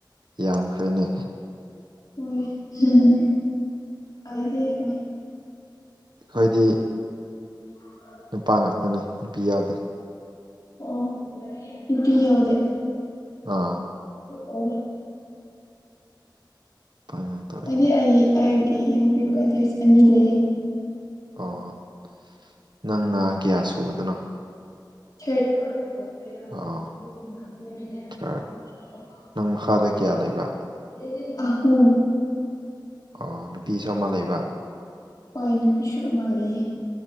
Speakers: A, on the right; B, on the left.
A: ꯌꯥꯝꯈ꯭ꯔꯦꯅꯦ
B: ꯍꯣꯏ ꯍ ꯍ ꯍ ꯑꯩꯗꯦ ꯍꯣꯏ
A: ꯑꯩꯈꯣꯏꯗꯤ
B: <inaudible>
A: ꯅꯨꯄꯥ ꯉꯥꯛꯇꯅꯦ ꯅꯨꯄꯤ ꯌꯥꯎꯗꯦ
B: ꯑꯣ ꯅꯨꯄꯤ ꯌꯧꯗꯦ
A: ꯑꯥ
B: ꯑꯣ
A: ꯅꯨꯄꯥ ꯉꯥꯛꯇ ꯑꯣꯏ
B: ꯑꯩꯗꯤ ꯑꯩꯒꯤ ꯑꯩꯒꯤ ꯌꯨꯝꯒꯤ ꯕ꯭ꯔꯗ꯭ꯔꯖ ꯑꯅꯤ ꯂꯩꯌꯦ꯫
A: ꯑꯣ ꯅꯪꯅ ꯀꯌꯥ ꯁꯨꯕꯗꯅꯣ꯫
B: ꯊꯥꯔꯗ
A: ꯑꯣ
B: <unintelligible>
A: ꯊꯥꯔꯠ ꯅꯪ ꯃꯈꯥꯗ ꯀꯌꯥ ꯂꯩꯕ
B: ꯑꯍꯨꯝ
A: ꯑꯣ ꯅꯨꯄꯤꯁꯨ ꯑꯃ ꯂꯩꯕ
B: ꯍꯣꯏ ꯅꯨꯄꯤꯁꯨ ꯑꯃ ꯂꯩꯌꯦ